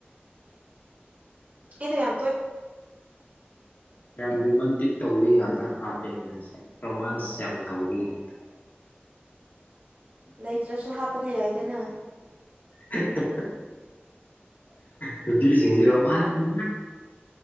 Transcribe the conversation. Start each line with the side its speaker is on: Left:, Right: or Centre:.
Right: ꯏꯗ ꯌꯥ
Left: ꯌꯥꯝ ꯔꯣꯃꯥꯟꯇꯤꯛ ꯇꯧꯋꯤ ꯉꯥꯛꯇ ꯍꯥ ꯅꯤꯅꯁꯦ ꯔꯣꯃꯥꯟꯁ ꯌꯥꯝ ꯇꯧꯕꯤꯉꯇ
Right: ꯂꯩꯇ꯭ꯔꯁꯨ ꯍꯥꯞꯄꯗꯤ ꯌꯥꯏꯗꯅ
Left: <unintelligible> ꯅꯨꯄꯤꯁꯤꯡꯁꯤꯔꯣꯄꯅꯤ